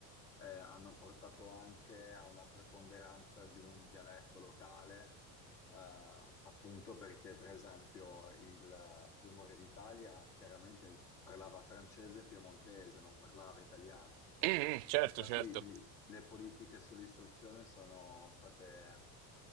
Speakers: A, on the left; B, on the right.
A: eh, hanno portato anche a una preponderanza di un dialetto locale, eh, appunto perché, per esempio, il primo re d'Italia chiaramente parlava francese e piemontese, non parlava italiano.
B: Mhm, certo,
A: Infatti,
B: certo.
A: lì- le politiche sull'istruzione sono state